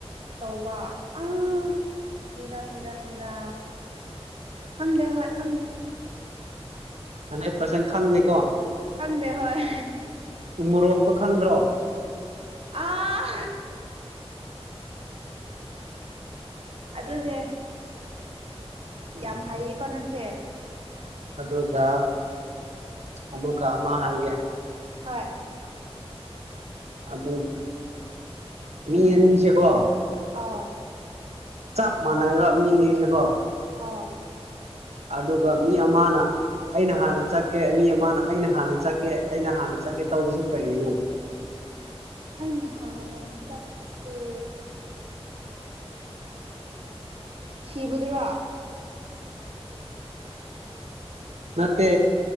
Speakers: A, on the right; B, on the right.
A: ꯇꯧꯧꯕ ꯑ ꯀꯔ ꯀꯦꯔ ꯀꯦꯔ ꯈꯪꯗꯦ ꯍꯣꯏ ꯈꯪꯗꯦ
B: ꯍꯟꯗ꯭ꯔꯦꯠ ꯄꯥꯔꯁꯦꯟ ꯈꯪꯗꯦꯀꯣ
A: ꯈꯪꯗꯦ ꯍꯣꯏ
B: ꯃꯣꯔꯣꯛꯕ ꯈꯪꯗ꯭ꯔꯣ
A: ꯑꯥ ꯑꯗꯨꯅꯦ ꯌꯥꯝ ꯍꯩꯌꯦꯀꯣ ꯅꯪꯁꯦ
B: ꯑꯗꯨꯒ ꯑꯃꯨꯛꯀ ꯑꯃ ꯍꯥꯏꯒꯦ
A: ꯍꯣꯏ
B: ꯑꯗꯨ ꯃꯤ ꯌꯦꯟꯉꯁꯦꯀꯣ
A: ꯑꯥꯎ
B: ꯆꯞ ꯃꯥꯟꯅꯩꯕ ꯃꯤ ꯑꯅꯤꯁꯦꯀꯣ
A: ꯑꯥ
B: ꯑꯗꯨꯒ ꯃꯤ ꯑꯃꯅ ꯑꯩꯅ ꯍꯥꯟꯅ ꯆꯠꯀꯦ ꯃꯤ ꯑꯃꯅ ꯑꯩꯅ ꯍꯥꯟꯅ ꯆꯠꯀꯦ ꯑꯩꯅ ꯍꯥꯟꯅ ꯆꯠꯀꯦ ꯇꯧꯕꯔꯤꯁꯤꯦ ꯀꯔꯤꯅꯣ
A: ꯑ ꯅꯍꯥꯟꯅ ꯇꯀꯦ ꯁꯤꯕꯗꯨ꯭ꯔꯥ
B: ꯅꯠꯇꯦ